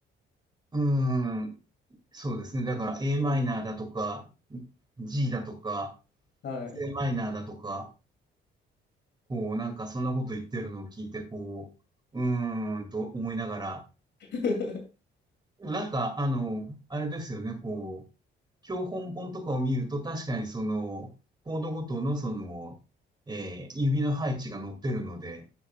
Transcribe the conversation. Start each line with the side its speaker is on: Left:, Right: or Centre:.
Right: うーん、そうですね。だから A
Left: うん。
Right: マイナーだとか、G だとか、
Left: はい。
Right: C マイナーだとか、こう、なんかそんなこと言ってるのを聞いて、こう、うーんと思いながら、
Left: <laughs>
Right: なんか、あの、あれですよね、こう、教本本とかを見ると、確かにその、コードごとのその、えー指の配置が載ってるので、